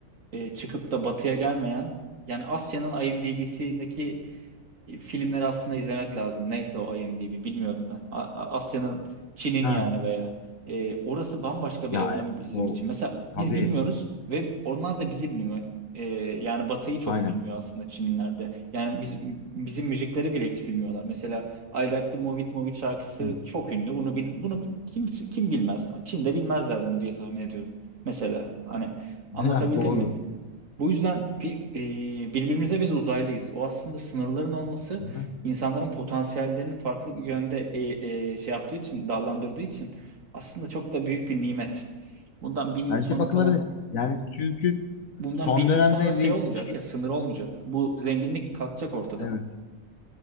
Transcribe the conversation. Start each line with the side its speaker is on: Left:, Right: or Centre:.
Right: e, çıkıp da Batı'ya gelmeyen yani Asya'nın IMDb'sindeki filmleri aslında izlemek lazım. Neyse o IMDb bilmiyorum ben. A- A- Asya'nın, Çin'in
Left: Ha.
Right: yani veya e, orası bambaşka
Left: Ya
Right: bir evren
Left: e,
Right: bizim
Left: o
Right: için. Mesela
Left: tabii
Right: biz bilmiyoruz ve onlar da bizi bilmiyor. E, yani Batı'yı çok
Left: aynen.
Right: bilmiyor aslında Çinliler de. Yani biz, bizim müzikleri bile hiç bilmiyorlar. Mesela I Like the Move It Move It şarkısı
Left: Hı.
Right: çok ünlü. Bunu bil- bunu kim kim bilmez? Çin'de bilmezler bunu diye tahmin ediyorum. Mesela hani anlatabildim
Left: <laughs> Ya, doğru.
Right: mi? Bu yüzden bir, e, birbirimize biz uzaylıyız. O aslında sınırların olması
Left: Hı.
Right: insanların potansiyellerinin farklı yönde e, e, şey yaptığı için, dallandırdığı için aslında çok da büyük bir nimet. Bundan bin yıl
Left: Bence
Right: sonra
Left: bakılabilir.
Right: falan,
Left: Yani çünkü
Right: bundan
Left: son
Right: bin yıl
Left: dönemde
Right: sonra şey
Left: bir
Right: olmayacak
Left: Çin-
Right: ya sınır olmayacak. Bu zenginlik kalkacak ortadan.
Left: evet